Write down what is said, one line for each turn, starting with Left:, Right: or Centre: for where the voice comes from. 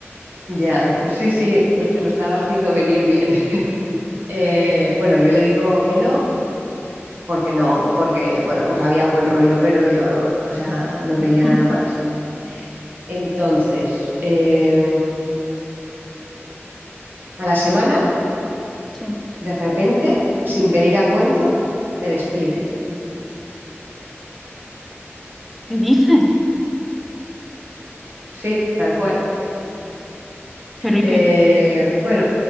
Right: ya, pues sí, sí, pues te lo estabas viendo venir bien. <laughs> Eh, bueno, yo le digo que no, porque no, porque, bueno, pues había buen rollo, pero yo, o sea, no veía nada
Centre: Mm,
Right: más. Entonces, eh, a la semana,
Centre: sí.
Right: de repente, sin venir a cuento, me despiden.
Centre: ¿Qué dices?
Right: Sí, tal cual.
Centre: Pero y
Right: Eh,
Centre: que,
Right: bueno,